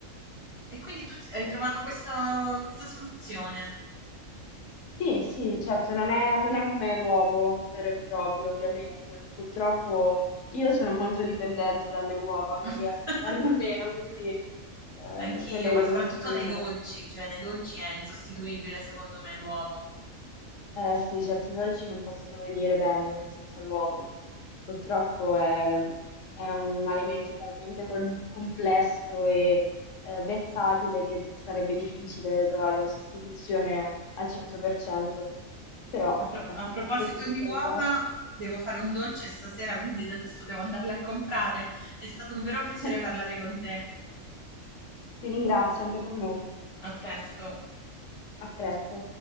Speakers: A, on the right; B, on the left.
A: E quindi tu s hai
B: Eh,
A: trovato questa questa soluzione.
B: sì, sì, certo, non è, non è come l'uovo vero e proprio, ovviamente. Purtroppo io sono molto dipendente dalle uova, non
A: <laughs>
B: riesco a farne a meno, quindi eh,
A: Anch'io,
B: quelle
A: ma
B: le
A: soprattutto
B: consumo.
A: nei dolci, cioè nei dolci è insostituibile secondo me l'uovo.
B: Eh sì, certi dolci non possono venire bene senza l'uovo. Purtroppo è, è un alimento talmente com- complesso e eh, versatile che sarebbe difficile trovare una sostituzione al 100%. Però,
A: A, pro-
B: ecco,
A: a proposito
B: per queste piccole
A: di uova,
B: cose
A: devo fare un dolce stasera, quindi da adesso devo andarle a comprare. È stato un vero piacere
B: <laughs>
A: parlare con te.
B: ti ringrazio anche per me.
A: A presto.
B: A presto.